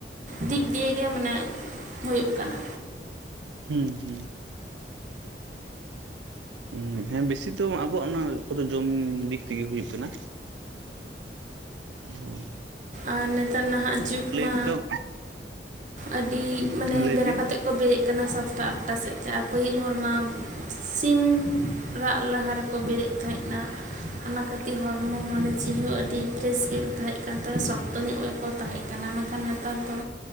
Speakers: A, on the right; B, on the right.
A: ᱫᱤᱠ ᱫᱤᱭᱮ ᱜᱮ ᱢᱟᱱᱮ ᱦᱩᱭᱩᱜ ᱠᱟᱱᱟ᱾
B: ᱦᱩᱸ ᱦᱩᱸ ᱦᱩᱸ ᱦᱮᱸ ᱵᱮᱥᱤ ᱫᱚᱚ ᱟᱵᱚᱣᱟᱜ ᱚᱱᱟ ᱠᱚᱫᱚ ᱡᱚᱢ ᱫᱤᱠ ᱛᱮᱜᱮ ᱦᱩᱭᱩᱜ ᱠᱟᱱᱟ᱾ ᱦᱩᱸ
A: ᱟᱨ ᱱᱮᱛᱟᱨ ᱱᱟᱦᱟᱜ ᱡᱩᱜᱽ ᱢᱟ
B: ᱛᱮᱫᱚ
A: ᱟᱹᱰᱤ ᱢᱟᱱᱮ
B: ᱞᱟᱹᱭ
A: ᱵᱮᱲᱟ
B: ᱵᱤᱱ
A: ᱠᱟᱛᱮᱫ ᱠᱚ ᱵᱮᱨᱮᱫ ᱠᱟᱱᱟ ᱥᱟᱛᱴᱟ ᱟᱴ ᱴᱟ ᱥᱮᱫ ᱛᱮ ᱟᱨ ᱯᱟᱹᱦᱤᱞ ᱦᱚᱲᱢᱟ ᱥᱤᱢ ᱨᱟᱜ ᱞᱟᱦᱟ ᱨᱮᱠᱚ ᱵᱮᱨᱮᱫ ᱛᱟᱦᱮᱸᱫᱱᱟ
B: ᱻ
A: ᱠᱤ ᱦᱚᱲᱢᱚ ᱢᱚᱱᱮ ᱡᱤᱣᱤ ᱦᱚᱸ ᱟᱹᱰᱤ ᱯᱷᱨᱮᱥ ᱜᱮᱠᱚ ᱛᱟᱦᱮᱸᱜ ᱠᱟᱱ ᱛᱚ ᱥᱚᱠᱛᱚ ᱧᱚᱜ ᱜᱮᱠᱚ ᱛᱟᱦᱮᱸ ᱠᱟᱱᱟ ᱢᱮᱱᱠᱷᱟᱱ ᱱᱮᱛᱟᱨ ᱫᱚ